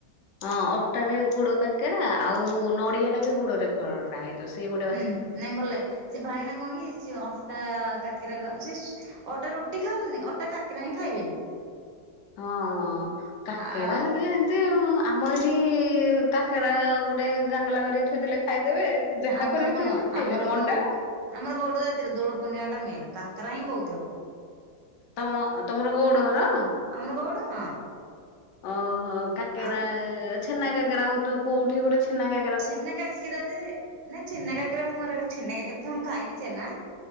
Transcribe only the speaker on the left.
ହଁ ଅଟାରେ ଗୁଡ କାକେରା ଆଉ ନଡିଆ ଟା ବି ଗୁଡରେ ଖରା ହେଇଯିବ ସିଏ ଗୋଟେ
ବାସ୍
ହଁ କାକେରା
ହେକା ଏମତି ଆଉ ଆମ ଏଇଠି କାକେରା ଗୋଟେ ଗାଙ୍ଗଲା କରି ଥୋଇ ଦେଲେ ଖାଇଦେବେ। ଯାହା
କରିକି
ଥୋଇଦେଲ ଖାଇବେ
ମଣ୍ଡା
ତମ ତମର ଗଉଡ ଘର
ଓହୋ କାକେରା
ଛେନା କାକେରା ହଉୁ କୋଉଠି ଗୋଟେ ଛେନା କାକରା